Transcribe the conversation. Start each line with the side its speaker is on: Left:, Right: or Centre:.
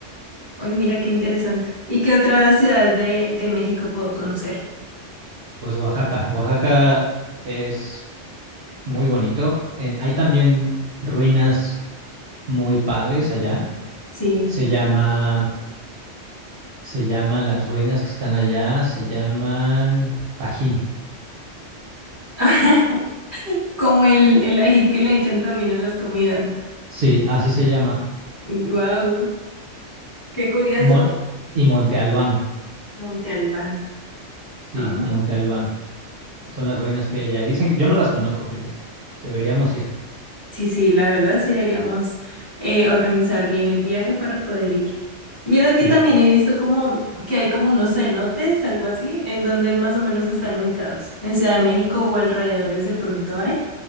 Left: hoy mira qué interesante. ¿Y qué otras ciudades de, de México puedo conocer?
Right: Pues Oaxaca, Oaxaca es muy bonito. En- hay también ruinas muy padres allá.
Left: Sí.
Right: Se llama Se llaman las ruinas que están allá, se llaman Tajín.
Left: <laughs> Como el, el ají que le echan también a las comidas.
Right: Sí, así se llama.
Left: Wow, qué curioso,
Right: Mo- y y Monte Albán.
Left: Monte Albán.
Right: Sí,
Left: Ah,
Right: Monte Albán. Son las ruinas que hay allá. Y dicen que yo no las conozco, fíjate. Deberíamos ir.
Left: sí, sí, la verdad sí deberíamos eh, organizar bien el viaje para poder ir. Mira que
Right: Sí.
Left: también he visto como que hay como unos cenotes, algo así, en donde más o menos están ubicados, en Ciudad de México o alrededores de pronto hay.